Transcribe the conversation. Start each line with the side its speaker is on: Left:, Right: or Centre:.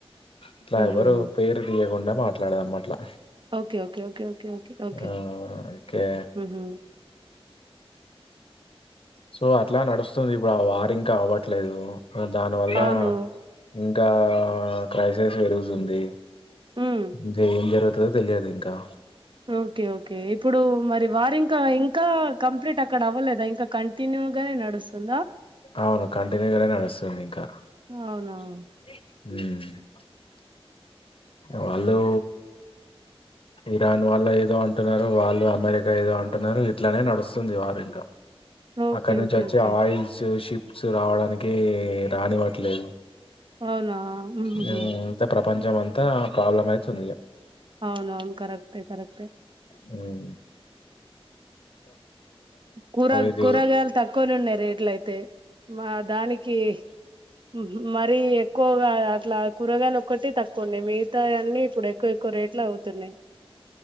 Left: ఇట్లా
Right: ఉహుహు
Left: ఎవరు పేరు తీయకుండా మాట్లాడధం అట్లా
Right: okay okay okay okay okay okay
Left: ఆ ఒకే
Right: ఉహు
Left: సో అట్లా నడుస్తుంది ఇప్పుడు ఆ వార్ ఇంకా అవ్వట్లేదు దానివల్ల
Right: అవును
Left: ఇంకా క్రైసిస్ పెరుగుతుంది
Right: ఉమ్
Left: ఇంకా ఏం జరుగుతుందో తెలియదు ఇంకా
Right: ఓకే ఓకే ఇప్పుడు మరి వారింకా ఇంకా కంప్లీట్ అక్కడ అవ్వలేదా ఇంకా కంటిన్యూ గానే నడుస్తుందా
Left: అవును కంటిన్యూ గా నడుస్తుంది ఇంకా
Right: అవునవును
Left: హ <inaudible> వాళ్ళు ఇరాన్ వాళ్ళు ఏదో అంటున్నారు వాళ్ళు అమెరికా ఏదో అంటున్నారు ఇట్లానే నడుస్తుంది వార్ ఇంకా
Right: ఓకే
Left: అక్కడ నుంచి
Right: ఓకే
Left: వచ్చే
Right: ఓకే
Left: ఆయిల్స్ షిప్స్ రావడానికి రానివ్వట్లేదు
Right: అవునా ఉహ్
Left: హ్మ్.
Right: హు
Left: అంతా ప్రపంచం అంతా ప్రాబ్లం అయితుంది
Right: అవును అవును కరెక్ట్ే కరెక్ట్ే
Left: హమ్
Right: కూర
Left: ఇది
Right: కూరగాయలు తక్కువనే ఉన్నాయి రేట్ల అయితే మా దానికి కే మరి ఎక్కువగా అట్లా కూరగాయలు ఒకక్కటి తక్కువండి మిగతా అన్నీ ఇప్పుడు ఎక్కువ ఎక్కువ రేట్ ఎట్లా అవుతున్నాయి